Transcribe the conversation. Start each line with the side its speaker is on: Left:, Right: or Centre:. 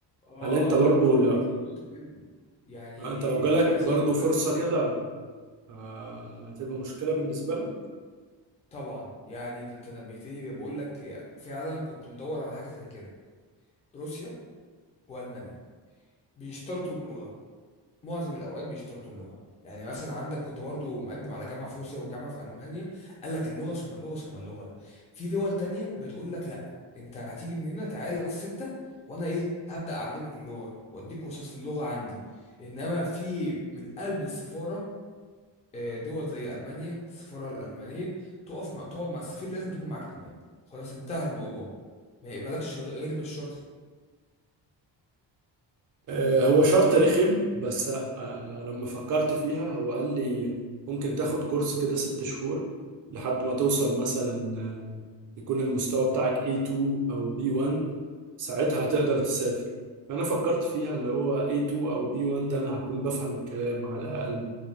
Left: اه
Right: هل أنت برضو
Left: ده انت نبهتني نقطه مهمه يعني
Right: لا، انت لو جالك
Left: اللي عايز
Right: برضو
Left: اقوله
Right: فرصة
Left: لك.
Right: كده آه، هتبقى مشكلة بالنسبة لك
Left: طبعا يعني ده انت نبهتني ده بقول لك فعلا كنت مدور على حاجه زي كده روسيا والمانيا بيشترطوا اللغه معظم الاوقات بيشترطوا اللغه يعني مثلا عندك كنت برضه مقدم على جامعه في روسيا وجامعه في المانيا قال لك اللغه ثم اللغه ثم اللغه في دول تانية بتقول لك لا انت هتيجي من هنا تعالى بس انت وانا ايه هبدا اعلمك اللغه واديك كورسات في اللغه عندي انما في من قلب السفاره آه، دول زي المانيا السفاره الالمانيه تقف مع تقعد مع السفير لازم تكون معاك الماني خلاص انتهى الموضوع ما يقبلكش غير بالشرط
Right: آه، هو شرط رخم بس آه، لما فكرت فيها هو قال لي ممكن تاخد كورس كده ست شهور لحد ما توصل مثلا آه، يكون المستوى بتاعك A2 أو B1 ساعتها هتقدر تسافر فأنا فكرت فيها اللي هو A2 أو B1 ده أنا هكون بفهم الكلام على الأقل